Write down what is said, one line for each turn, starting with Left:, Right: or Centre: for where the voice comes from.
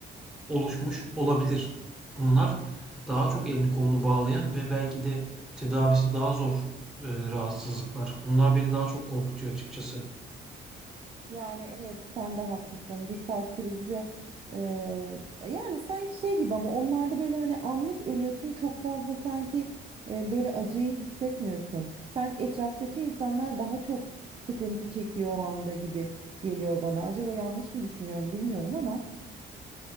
Centre: oluşmuş olabilir. Bunlar daha çok elini kolunu bağlayan ve belki de tedavisi daha zor e, rahatsızlıklar. Bunlar beni daha çok korkutuyor açıkçası.
Right: Yani evet sen de haklısın. Bir kalp krizi de eee, yani sanki şey gibi ama onlarda böyle hani anlık ölüyorsun çok fazla sanki e, böyle acıyı hissetmiyorsun. Sanki etraftaki insanlar daha çok sıkıntı çekiyor o anda gibi geliyor bana. Acaba yanlış mı düşünüyorum bilmiyorum ama.